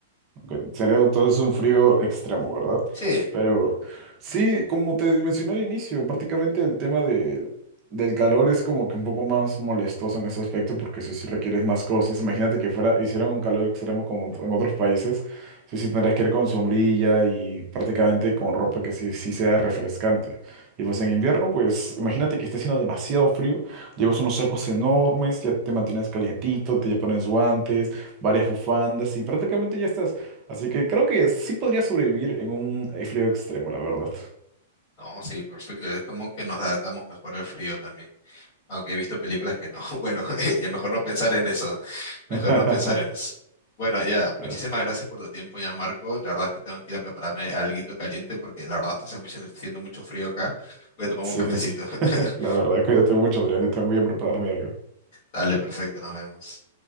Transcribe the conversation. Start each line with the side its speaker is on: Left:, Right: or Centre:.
Right: Ok, Sería entonces un frío extremo, ¿verdad?
Left: Sí,
Right: Pero sí, como te mencioné al inicio, prácticamente el tema de, del calor es como que un poco más molestoso en ese aspecto porque si, si requieres más cosas, imagínate que fuera, hiciera un calor extremo como en en otros países, sí, sí tendrías que ir con sombrilla y prácticamente con ropa que sí, sí sea refrescante. Y pues en invierno, pues imagínate que esté haciendo demasiado frío, llevas unos sacos enormes, ya te mantienes calientito, te pones guantes varias bufandas y prácticamente ya estás. Así que creo que sí podría sobrevivir en un eh, frío extremo, la verdad.
Left: no, sí, perfecto. Es como que nos adaptamos mejor al frío también. Aunque he visto películas que no. <laughs> Bueno, <laughs> ya mejor no pensar en eso. Mejor
Right: <laughs>
Left: no pensar en eso. Bueno, ya,
Right: Bueno,
Left: muchísimas gracias por tu tiempo ya, Marco. La verdad es que tengo que ir a prepararme alguito caliente porque la verdad está haciendo mucho, haciendo mucho frío acá. Voy a tomar
Right: sí,
Left: un cafecito. <laughs>
Right: <laughs> la verdad, cuídate mucho, Adrián, yo también voy a prepararme algo.
Left: Dale, perfecto, nos vemos.